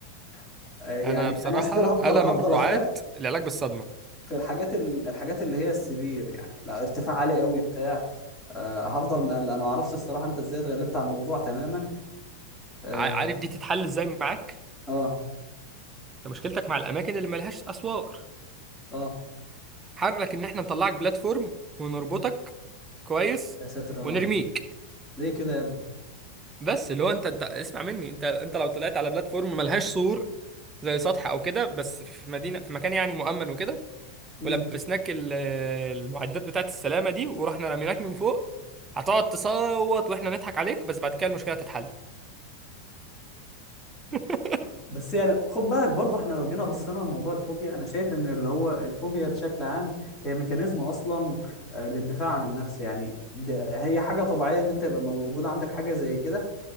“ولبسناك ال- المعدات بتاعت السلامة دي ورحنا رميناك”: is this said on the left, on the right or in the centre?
Right